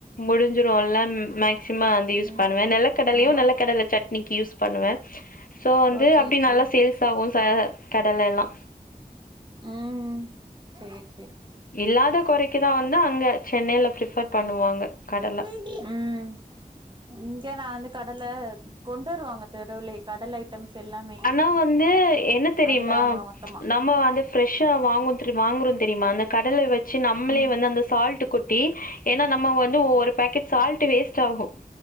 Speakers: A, on the left; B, on the right.
A: முடிஞ்சிருல்லன் மேக்சிம அந்த யூஸ்
B: ம்
A: பண்ணுவே நெலக் கடலையு
B: ஆமா
A: நெலக்கடல சட்னிக்கு யூஸ் பண்ணுவே சோ வந்து
B: ஓ சேரி
A: அப்டி
B: சேரி
A: நல்லா சேல்ஸ் ஆகு சார் கடலைலா
B: உம் சேர் சேர்
A: இல்லாத கொறைக்கிதா வந்து அங்க சென்னையில பிரிஃபர் பண்ணுவாங்க கடல
B: ம் இங்க நா வந்து கடல கொண்டு வருவாங்க தெருலே கடலை டம்ஸ் எல்லாமே
A: ஆனா வந்து என்ன தெரியுமா
B: அதுல வாங்குவோ மொத்தமா
A: நம்ம வந்து ஃபிரெஷா வாங்கு தெரி வாங்குறோ தெரியுமா அந்த கடலை வச்சி நம்ளே
B: ம்
A: வந்து அந்த சால்டு கொட் டி ஏனா நம்ம வந்து ஒரு பேக்கெட் சால்ட்டு வேஸ்ட் ஆகு